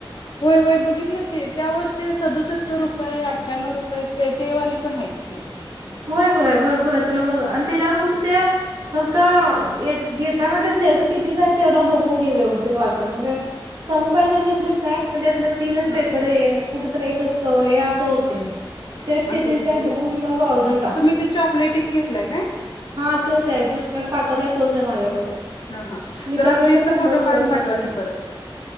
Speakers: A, on the left; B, on the right.
A: होय होय बघितलं की, त्यावर ते सदुसष्ट रुपये, अठ्ठ्याणो रुपये. ते ते वाली पण आहेत. <unintelligible>
B: होय होय भरपूरे. तुला बघ आणि तेच्यावर फक्त ते फक्त घेताना ते सेट कितीचय तेवढं बघून घे. व्यवस्थित वाचून. म्हणजे कमी पैशात घेतलीस काय. म त्यातलं तीनच पेपरे.
A: ह
B: कुठ तरी एकच कवरे. ए असं होतय. सेट कितीचाय
A: असं होतंय व्हय.
B: बघून मग ऑर्डर टाक
A: तुम्ही ते चॉकलेटीच घेतलाय काय?
B: हा तोचे. तुझ्या कड पाठवलाय तोचे माझ्याकड.
A: हा हा
B: मी
A: जरा
B: त्या वेळेला
A: फ्रीजचा
B: तर शंभर
A: फोटो
B: रुपयाला
A: काढून
B: घेतलेल्या.
A: पाठवा की परत